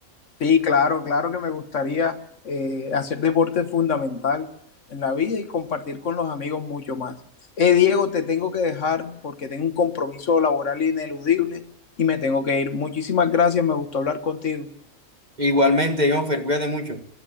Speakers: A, on the left (about 55°); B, on the right (about 30°).
A: Sí, claro, claro que me gustaría eh, hacer deporte fundamental en la vida y compartir con los amigos mucho más. Eh, Diego, te tengo que dejar porque tengo un compromiso laboral ineludible y me tengo que ir. Muchísimas gracias, me gustó hablar contigo.
B: Igualmente, Jonfer, cuídate mucho.